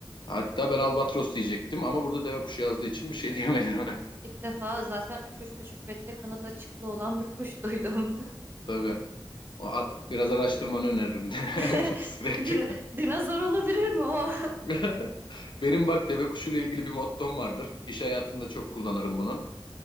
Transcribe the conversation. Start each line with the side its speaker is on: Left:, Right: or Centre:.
Left: Hatta ben albatros diyecektim ama burada deve kuşu yazdığı için bir şey diyemedim.
Right: ilk defa zaten üç üç buçuk metre kanat açıklığı olan bir kuş duydum.
Left: <laughs> Tabii. O- a- Biraz araştırmanı öneririm de
Right: <laughs>
Left: <laughs> sürekli.
Right: Din dinozor olabilir mi o?
Left: <laughs> Benim bak deve kuşuyla ilgili bir mottom vardır. İş hayatında çok kullanırım bunu.